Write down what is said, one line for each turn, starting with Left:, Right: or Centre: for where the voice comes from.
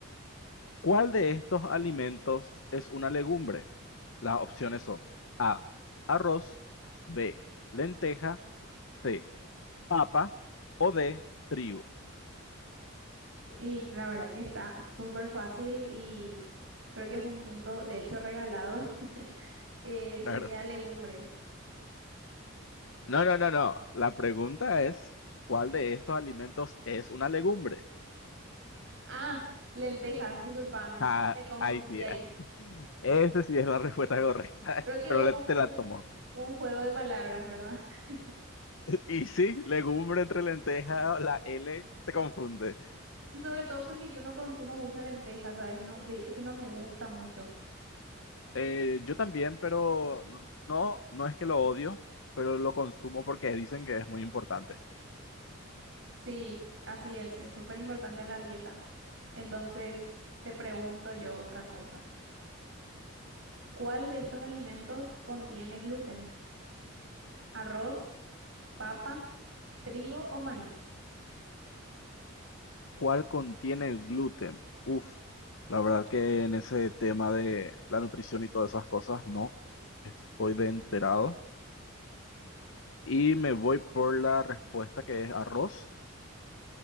Left: ¿Cuál de estos alimentos es una legumbre? Las opciones son A, arroz, B, lenteja, C, papa o D, trigo.
Right: Y la verdad que está súper fácil y creo que es un punto, de hecho, regalado. <laughs> Eh,
Left: Claro.
Right: sería legumbres.
Left: No, no, no, no. La pregunta es, ¿cuál de estos alimentos es una legumbre?
Right: Ah, lentejas, discúlpame,
Left: Ah,
Right: me confundí
Left: ahí sí.
Right: ahí.
Left: ah, Esa sí es la respuesta correcta, <laughs>
Right: Creo que
Left: pero
Right: hubo
Left: le-
Right: un,
Left: te la
Right: un-
Left: tomo.
Right: un juego de palabras, ¿verdad? <laughs>
Left: Y sí, legumbre entre lenteja, la L te confunde.
Right: Y sobre todo porque yo no consumo mucha lenteja, ¿sabes? No, de hecho que no me gusta mucho.
Left: Eh, yo también, pero no, no es que lo odio, pero lo consumo porque dicen que es muy importante.
Right: Sí, así es, es súper importante en la dieta. Entonces, te pregunto yo otra cosa. ¿Cuál de estos alimentos contiene gluten? ¿Arroz, papa, trigo o maíz?
Left: ¿Cuál contiene gluten? Uf, la verdad que en ese tema de la nutrición y todas esas cosas no estoy de enterado. Y me voy por la respuesta que es arroz.